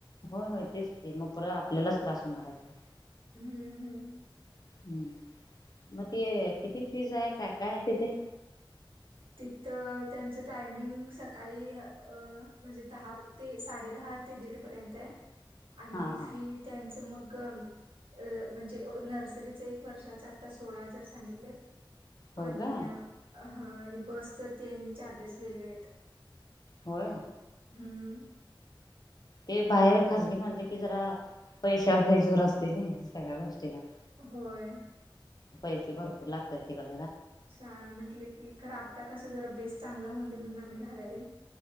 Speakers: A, on the left; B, on the right.
A: हो होय तेच ते मग पर आपल्यालाच त्रास होणार आहे.
B: हम्म हम्म.
A: हम्म. मग ते किती फीज आहे काय काय आहे तिथे?
B: तिथ त्यांच टायमिंग सकाळी म्हणजे अं दहा ते साडेदहा ते दीड पर्यंत ए आणि
A: हा हा
B: फी त्यांचं मग अ म्हणजे नर्सरीच एक वर्षाचा आता सोळा हजार सांगितल्यात.
A: होय
B: आणि
A: काय
B: हा आणि बसच ते चार्जेस वेगळे आहेत.
A: होय.
B: हं,
A: ते बाहेर खाजगी म्हणले की जरा पैशावर लय जोर असते ना सगळ्या गोष्टीला.
B: होय.
A: पैसे भरपूर लागतात तिकड
B: शाळा म्हटलं की खरं आत्ता कसं जरा बेस चांगला होऊन दे म्हणून आम्ही घालाले.